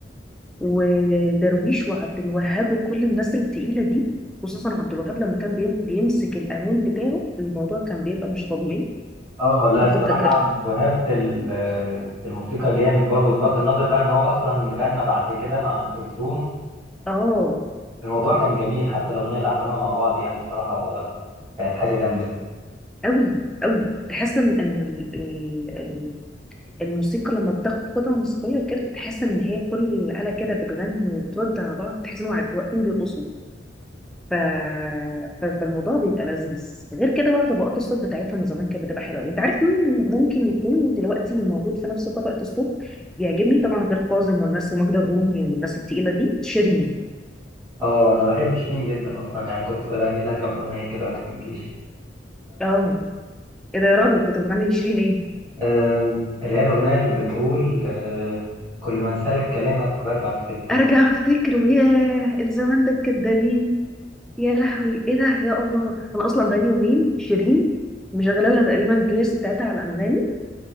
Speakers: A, in the centre; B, on the right.
A: ودرويش وعبد الوهاب وكل الناس التقيله دي خصوصا عبد الوهاب لما كان بيم... بيمسك القانون بتاعه الموضوع كان بيبقى مش طبيعي
B: اه لا
A: فكنت
B: الصراحة
A: ك...
B: عبد الوهاب في ال- في الموسيقى جامد برضو بغض النظر بقى ان هو اصلا غنى بعد كده مع ام كلثوم
A: اه
B: فالموضوع كان جميل حتى الاغنية اللي عملوها مع بعض يعني الصراحة كانت حاجة جامدة
A: قوي قوي تحس ان ان ال... ال... ال- الموسيقى لما بتاخد قطعه موسيقيه كده تحس ان هي كل الاله كده بتغني وترد على بعض تحس ان هم قاعد- واقفين بيرقصوا ف... ف- فالموضوع بيبقى لذيذ غير كده بقى طبقات الصوت بتاعتهم زمان كانت بتبقى حلوه انت عارف مين ممكن يكون دلوقتي موجود في نفس طبقه الصوت بيعجبني طبعا غير كاظم والناس وماجدة الرومي والناس التقيله دي شيرين
B: اه انا بحب شيرين جدا اصلا يعني كنت بغني لها كام اغنية كده وانا في الجيش
A: اه ايه ده يا راجل كنت بتغني لشيرين ايه
B: آم، اللي هي الاغنية اللي بتقول آه، كل ما انسالك كلامك برجع افتكره
A: ارجع افتكر ياه الزمان ده الكدابين يا لهوي ايه ده يا الله انا اصلا بقالي يومين شيرين مشغله لها تقريبا البلاي بتاعتها على انغامي